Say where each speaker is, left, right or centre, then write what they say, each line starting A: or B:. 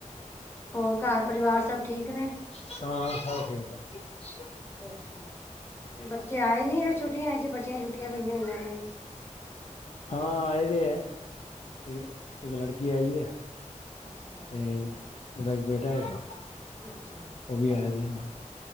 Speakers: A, on the left; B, on the left.
A: ਹੋਰ ਘਾਰ ਪਰਿਵਾਰ ਸਭ ਠੀਕ ਨੇ?
B: <inaudible>
A: ਅੱਛਾ-ਅੱਛਾ ਬੱਚੇ ਆਏ ਨੀ ਛੁੱਟੀਆਂ ਚ ਬੱਚਿਆਂ ਛੁੱਟੀਆਂ ਪਈਆਂ ਹੋਈਆਂ ਨੇ।
B: ਹਾਂ ਆਏ ਵੇ ਏ, ਇੱ ਇੱਕ ਲੜਕੀ ਆਈ ਐ।
A: ਅੱਛਾ
B: ਤੇ ਓਦਾ ਇੱਕ ਬੇਟਾ ਹੈਗਾ।
A: ਅੱਛਾ।
B: ਓਹ ਵੀ ਆਏ ਵੇ ਨਾ।